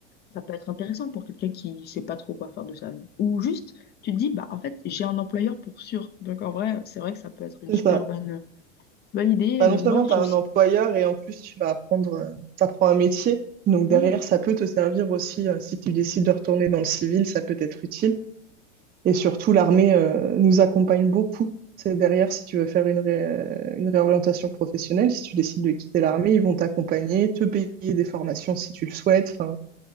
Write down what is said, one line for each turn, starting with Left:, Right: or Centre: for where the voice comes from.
Left: ça peut être intéressant pour quelqu'un qui sait pas trop quoi faire de sa vie. Ou juste, tu te dis, bah, en fait, j'ai un employeur pour sûr. Donc, en vrai, c'est vrai que ça peut être une
Right: C'est
Left: super
Right: ça.
Left: bonne, bonne idée.
Right: Bah,
Left: Euh,
Right: non seulement
Left: moi, j'ai
Right: tu as un
Left: aussi.
Right: employeur et en plus, tu vas apprendre, euh, t'apprends un métier. Donc
Left: Oui,
Right: derrière, ça peut te servir aussi, euh, si tu décides de retourner dans le civil, ça peut être utile. Et surtout, l'armée euh, nous accompagne beaucoup. C'est derrière, si tu veux faire une, ré- une réorientation professionnelle, si tu décides de quitter l'armée, ils vont t'accompagner, te payer des formations si tu le souhaites. Enfin,